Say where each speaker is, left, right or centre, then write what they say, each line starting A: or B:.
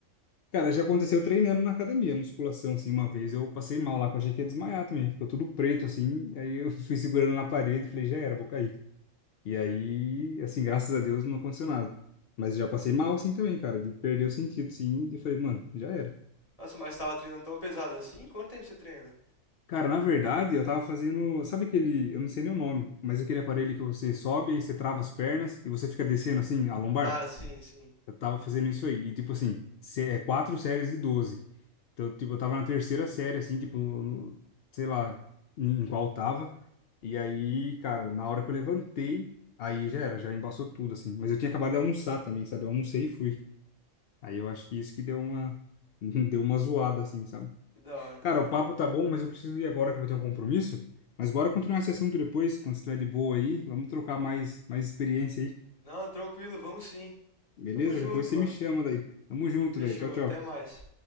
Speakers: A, on the left; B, on the left.
A: Cara, já aconteceu treinando na academia, musculação, assim, uma vez eu passei mal lá, que eu achei que ia desmaiar também. Ficou tudo preto, assim, aí eu <laughs> fui segurando na parede e falei, já era, vou cair. E aí, assim, graças a Deus não aconteceu nada. Mas já passei mal, assim, também, cara, de perder o sentido, assim, e falei, mano, já era.
B: Nossa, mas tava treinando tão pesado assim? Quanto tempo você treina?
A: Cara, na verdade, eu tava fazendo, sabe aquele, eu não sei nem o nome, mas aquele aparelho que você sobe, aí você trava as pernas e você fica descendo, assim, a lombar?
B: Ah, sim, sim.
A: Eu tava fazendo isso aí, e tipo assim, cê- é quatro séries de 12. Então, tipo, eu tava na terceira série, assim, tipo, no- sei lá em qual eu tava. E aí, cara, na hora que eu levantei, aí já era, já embaçou tudo, assim. Mas eu tinha acabado de almoçar também, sabe? Eu almocei e fui. Aí eu acho que isso que deu uma, <laughs> deu uma zoada, assim, sabe?
B: Que da hora.
A: Cara, o papo tá bom, mas eu preciso ir agora que eu vou ter um compromisso. Mas bora continuar esse assunto depois, quando você estiver de boa aí. Vamos trocar mais, mais experiência aí.
B: Não, tranquilo, vamos sim.
A: Beleza?
B: Tamo junto,
A: Qualquer coisa
B: mano.
A: você me chama daí. Tamo junto,
B: Fechou,
A: velho. Tchau, tchau.
B: até mais.